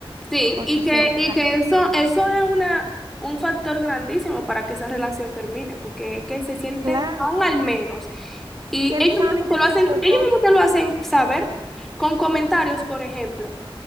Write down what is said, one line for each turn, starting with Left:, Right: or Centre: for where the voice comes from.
Centre: Sí,
Right: porque
Centre: y que,
Right: se otra.
Centre: y que eso, eso es una, un factor grandísimo para que esa relación termine, porque es que se sienten
Right: Claro,
Centre: tan al menos. Y
Right: que empiezan
Centre: ellos mismos
Right: a discutir
Centre: te lo hacen,
Right: por
Centre: ellos
Right: todo.
Centre: mismos te lo hacen saber con comentarios, por ejemplo.